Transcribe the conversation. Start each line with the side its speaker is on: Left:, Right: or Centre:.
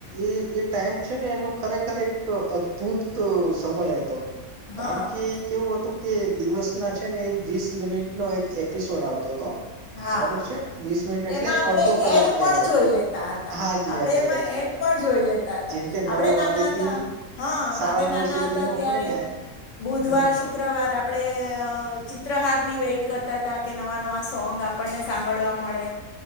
Right: એ એ ટાઈમ છે ને એનો ખરેખર એક અદભુત સમય હતો
Left: હા
Right: કારણ કે કેવું હતું કે દિવસ ના છે ને એ વીસ મિનિટ નો એક એપિસોડ આવતો હતો
Left: હા
Right: બરાબર છે વીસ મિનિટ એટલે
Left: એમાં આપણે
Right: અડધો કલાક
Left: એડ
Right: કેવાય
Left: પણ જોઈ લેતા હતા
Right: હા જ
Left: આપણે
Right: હાજી
Left: એમાં
Right: હાજી
Left: એડ પણ જોઈ લેતા તા
Right: જેમ કે
Left: આપણે
Right: નવ
Left: નાના
Right: વાગે
Left: હતા
Right: થી
Left: હા
Right: સાડા
Left: આપણે નાના
Right: નવ સુધી નો
Left: ત્યારે
Right: હોય ને
Left: બુધવાર
Right: હમ
Left: શુક્રવાર આપણે અ ચિત્રહારની વેટ કરતા હતા કે નવા નવા સોંગ આપને સાંભવા મળે